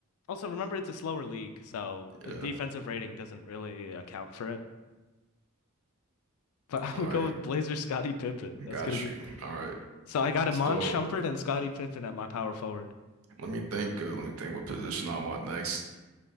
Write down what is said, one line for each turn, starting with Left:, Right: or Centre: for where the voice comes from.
Left: Also, remember it's a slower league, so a
Right: Yeah,
Left: defensive rating doesn't really account for it. But <laughs> I'm
Right: all
Left: gonna
Right: right,
Left: go with Blazer Scottie Pippen. That's
Right: got
Left: gonna be.
Right: you. All right,
Left: So I got Iman
Right: so
Left: Shumpert and Scottie Pippen at my power forward.
Right: let me think. Uh, let me think what position I want next.